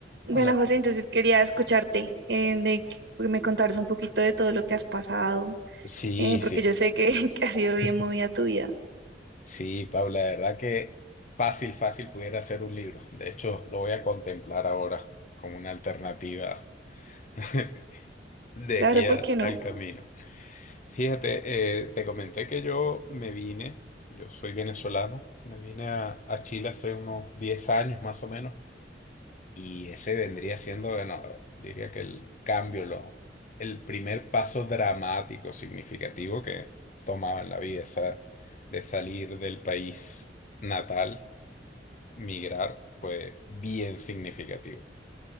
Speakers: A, on the right; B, on the left.
A: Bueno,
B: Hola,
A: José,
B: Pa-
A: entonces quería escucharte, eh, de que me contaras un poquito de todo lo que has pasado,
B: Sí,
A: eh, porque
B: sí.
A: yo sé que, <laughs> que ha sido bien
B: <laughs>
A: movida tu vida.
B: Sí, Paula, la verdad que fácil, fácil pudiera hacer un libro. De hecho, lo voy a contemplar ahora como una alternativa <laughs> de
A: Claro,
B: aquí
A: ¿por
B: a-
A: qué no?
B: al camino. Fíjate, eh, te comenté que yo me vine, yo soy venezolano, me vine a, a Chile hace unos 10 años más o menos. Y ese vendría siendo, bueno, diría que el cambio, lo, el primer paso dramático, significativo que tomaba en la vida, esa, de salir del país natal, migrar, fue bien significativo.